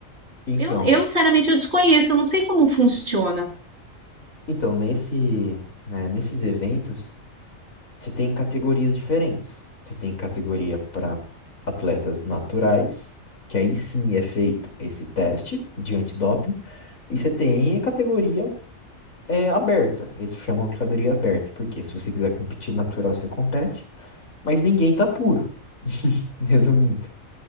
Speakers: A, on the left (about 80°); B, on the right (about 50°).
A: então,
B: Eu, eu, sinceramente, eu desconheço, eu não sei como funciona.
A: então nesse, né, nesses eventos Você tem categorias diferentes. Você tem categoria para atletas naturais, que aí sim é feito esse teste de antidoping. E você tem categoria é, aberta. Eles chamam de categoria aberta, porque se você quiser competir natural, você compete, mas ninguém tá puro. <laughs> Resumindo.